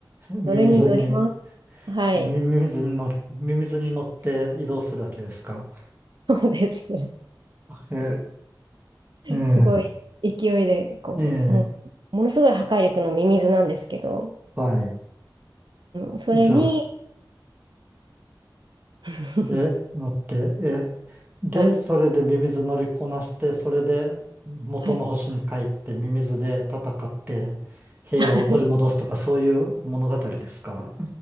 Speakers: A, on the right (about 25°); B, on the right (about 70°).
A: ミミズに、
B: それに乗ります。はい。
A: ミミミズに乗、ミミズに乗って移動するわけですか。
B: そうです。<laughs>
A: ええ、ええ、
B: すごい勢いで、こう、
A: ええ、
B: もう、ものすごい破壊力のミミズなんですけど、
A: はい。
B: うん、それに、
A: じゃあ、
B: <laughs>
A: え、乗って、え、で、
B: はい、
A: それでミミズ乗りこなして、それで元の星に帰ってミミズで戦って平和を取り戻すとかそういう物語ですか
B: はい。<laughs>